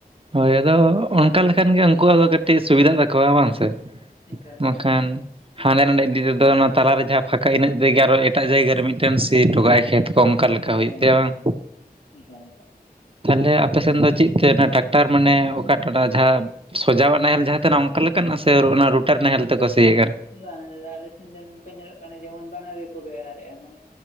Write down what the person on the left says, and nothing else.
ᱚᱱᱠᱟ ᱞᱮᱠᱟ
ᱦᱳᱭ
ᱦᱳᱭ
ᱦᱳᱭ
ᱦᱳᱭ
ᱮᱠᱟᱞ ᱮᱠᱟᱞ
ᱵᱟᱝ ᱫᱟᱫᱟ ᱟᱞᱮ ᱥᱮᱱ ᱫᱚ ᱱᱚᱝᱠᱟ ᱧᱮᱞᱚᱜ ᱠᱟᱱᱟ ᱡᱮᱢᱚᱱ ᱵᱟᱱᱟᱨ ᱜᱮᱠᱚ ᱵᱮᱣᱦᱟᱨᱮᱜᱼᱟ ᱢᱟᱱᱮ